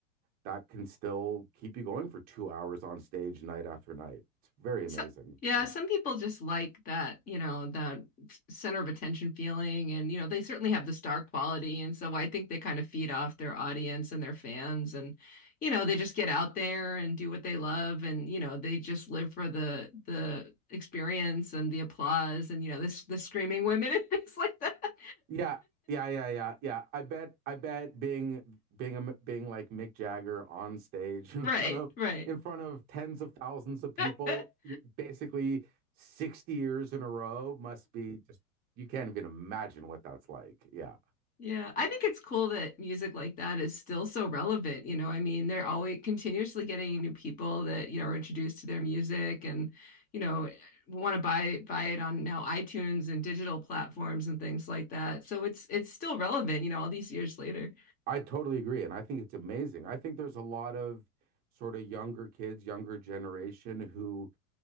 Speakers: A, on the right; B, on the left.
A: that can still keep you going for two hours on stage night after night. It's very amazing.
B: So, yeah,
A: Yeah.
B: some people just like that, you know, the center of attention feeling. And, you know, they certainly have the star quality. And so I think they kind of feed off their audience and their fans. And, you know, they just get out there and do what they love. And, you know, they just live for the, the, experience and the applause and you know this the screaming women <laughs> and things like that
A: Yeah, yeah, yeah, yeah, yeah. I bet, I bet being being a, being like Mick Jagger on stage <laughs> in
B: <laughs> right
A: front of
B: right
A: in front of tens of thousands of people,
B: <laughs>
A: you're basically 60 years in a row must be just you can't even imagine what that's like. Yeah.
B: Yeah, I think it's cool that music like that is still so relevant. You know, I mean, they're always continuously getting new people that, you know, are introduced to their music and, you know, want to buy buy it on now iTunes and digital platforms and things like that. So it's it's still relevant, you know, all these years later.
A: I totally agree, and I think it's amazing. I think there's a lot of sort of younger kids, younger generation who